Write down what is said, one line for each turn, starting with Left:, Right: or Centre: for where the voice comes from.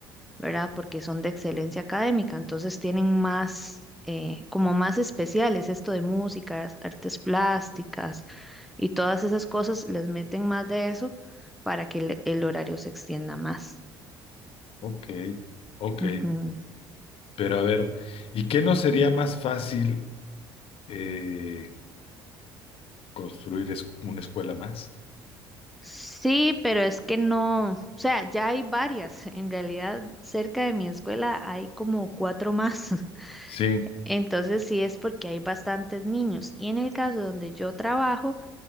Centre: ¿verdad? Porque son de excelencia académica, entonces tienen más, eh, como más especiales, esto de música, artes plásticas y todas esas cosas, les meten más de eso para que el, el horario se extienda más.
Left: ok, ok.
Centre: Ujú.
Left: Pero a ver, ¿y qué no sería más fácil eh, construir es- una escuela más?
Centre: Sí, pero es que no, o sea, ya hay varias, en realidad cerca de mi escuela hay como cuatro más. <laughs>
Left: Sí,
Centre: Entonces sí es porque hay bastantes niños. Y en el caso donde yo trabajo,